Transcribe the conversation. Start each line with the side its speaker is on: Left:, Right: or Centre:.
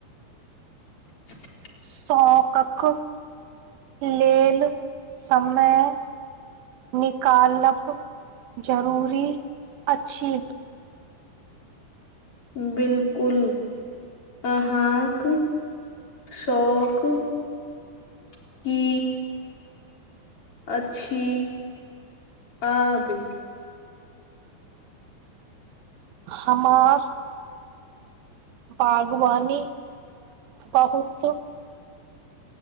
Left: <inaudible>
Right: शौकक लेल समय निकालब जरूरी अछि
Left: बिल्कुल अहाँक शौक की अछि आग
Right: हमार बागवानी बहुत